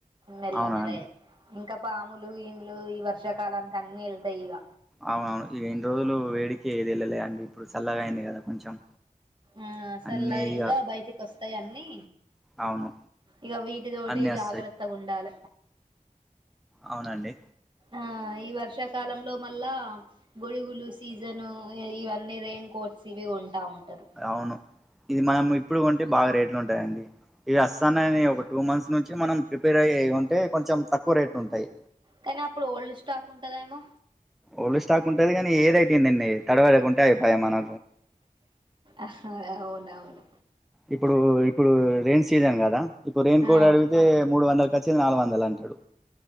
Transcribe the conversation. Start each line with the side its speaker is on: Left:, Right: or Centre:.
Right: మెల్ల
Centre: అవునా
Right: మెల్లగ
Centre: అండి
Right: ఇంకా పాములు ఇములు ఈ వర్షాకాలానికి అన్ని ఎళ్తాయి ఇగ
Centre: అవునవును ఇగ ఇన్ని రోజులు వేడికే ఏది వెళ్ళలే అండి ఇప్పుడు చల్లగా అయింది కదా కొంచెం
Right: ఆ సల్లగా
Centre: అన్నీ ఇగ
Right: బయటికి వస్తాయి అన్నీ
Centre: అవును
Right: ఇగ వీటి తోటి
Centre: అన్నీ వస్తాయి
Right: జాగ్రత్త ఉండాల
Centre: అవునండి
Right: ఆ ఈ వర్షాకాలంలో మళ్ళా గొడుగులు సీజను ఇవన్నీ రైన్ కోట్స్ ఇవి కొంటా ఉంటారు
Centre: అవును ఇది మనం ఇప్పుడు ఉంటే బాగా రేట్లు ఉంటాయండి. ఇవి ఆస్తానయనిఒక టూ మంత్స్ నుంచి మనం ప్రిపేర్ అయ ఉంటే కొంచెం తక్కువ రేట్లు ఉంటాయి.
Right: కానీ అప్పుడు ఓల్డ్ స్టాక్ ఉంటదేమో
Centre: ఓల్డ్ స్టాక్ ఉంటుది కానీ ఏద అతుయిందండి తడవెడకుంటే అయిపోయాయి మనం
Right: అవును అవును
Centre: ఇప్పుడు ఇప్పుడు రైయిన్ సీజన్ కదా ఇప్పుడు రెయిన్ కోడ్
Right: ఆ
Centre: అడిగితే మూడు వందల చ్చిది నాలుగు వందలు అంటాడు